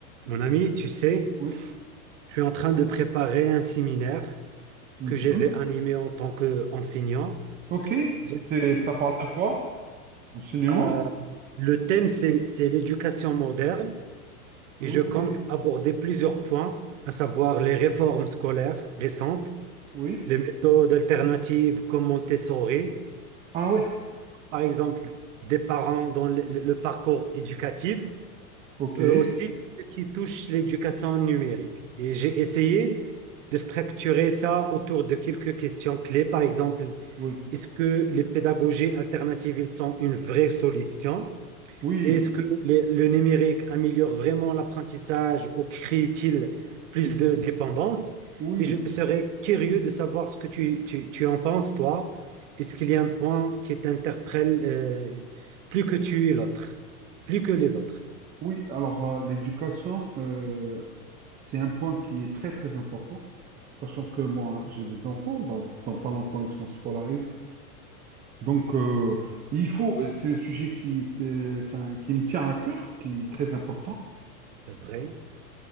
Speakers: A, on the right (about 50°); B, on the right (about 20°).
A: Mon ami, tu sais,
B: Oui.
A: je suis en train de préparer un séminaire
B: Mhm.
A: que je vais animer en tant qu'enseignant.
B: OK.
A: J'ai-
B: C'est, ça parle de quoi? Enseignement?
A: euh, le thème, c'est, c'est l'éducation moderne et
B: OK.
A: je compte aborder plusieurs points, à savoir les réformes scolaires récentes,
B: Oui.
A: les méthodes alternatives comme Montessori,
B: Ah ouais.
A: par exemple, des parents dans le le- le parcours éducatif.
B: OK.
A: eux
B: Oui.
A: aussi ceux qui touchent l'éducation numérique. Et j'ai essayé de structurer ça autour de quelques questions clés. Par exemple,
B: Oui.
A: est-ce que les pédagogies alternatives ils sont une vraie solution?
B: Oui.
A: Et Est-ce que les- le numérique améliore vraiment l'apprentissage ou crée-t-il plus de dépendance?
B: Oui.
A: Et je serais curieux de savoir ce que tu, tu, tu en penses, toi. Est-ce qu'il y a un point qui t'interpelle euh, plus que tu et l'autre, plus que les autres?
B: Oui. Alors, euh, l'éducation, euh, c'est un point qui est très, très important, sachant que moi, j'ai des enfants. Dans, dans pas longtemps, ils seront scolarisés. Donc, euh, il faut, euh, c'est un sujet qui, était- enfin, qui me tient à cœur, qui est très important.
A: C'est vrai.